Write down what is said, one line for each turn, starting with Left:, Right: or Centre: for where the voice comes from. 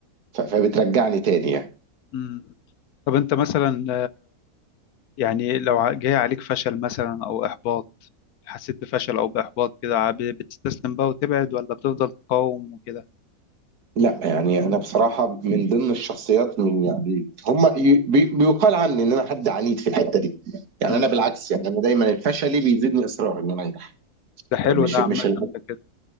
Right: ف... فبترجعني تاني يعني
Left: مم. طب انت مثلا يعني لو ع- جاي عليك فشل مثلا او احباط حسيت بفشل او باحباط كده ع- بتستسلم بقى وتبعد ولا بتفضل تقاوم وكده
Right: لا يعني انا بصراحه من ضمن الشخصيات من يعني هم ي- بي- بيقال عني ان انا حد عنيد في الحته دي يعني
Left: مم.
Right: انا بالعكس يعني انا دايما الفشل بيزيدني اصرار ان انا انجح
Left: ده حلو
Right: مش
Left: ده
Right: مش
Left: عامة
Right: ال...
Left: ده كده